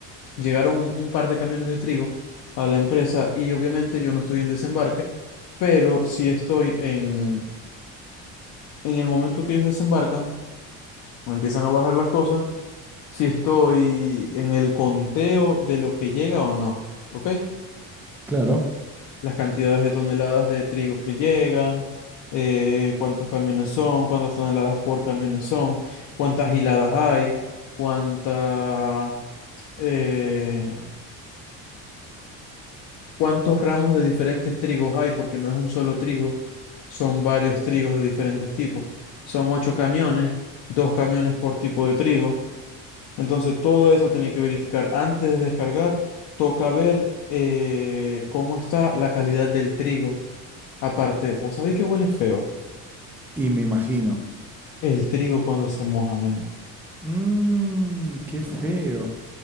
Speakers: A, on the left; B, in the centre.
A: llegaron un un par de camiones de trigo a la empresa y obviamente yo no estoy en desembarque, pero si estoy en, en el momento que ellos desembarcan, empiezan a bajar las cosas, si estoy en el conteo de lo que llega o no. ¿Ok?
B: Claro.
A: las cantidades de toneladas de trigo que llegan, eh, cuántos camiones son, cuántas toneladas por camiones son, cuántas hiladas hay, cuánta, eh, cuántos ramos de diferentes trigos hay, porque no es un solo trigo, son varios trigos de diferentes tipos. Son ocho camiones, dos camiones por tipo de trigo. Entonces todo eso tenéis que verificar antes de descargar. Toca ver eh, cómo está la calidad del trigo Aparte, ¿vos sabéis que huele feo?
B: Y me imagino.
A: El trigo cuando se moja, men.
B: Mmm, qué feo.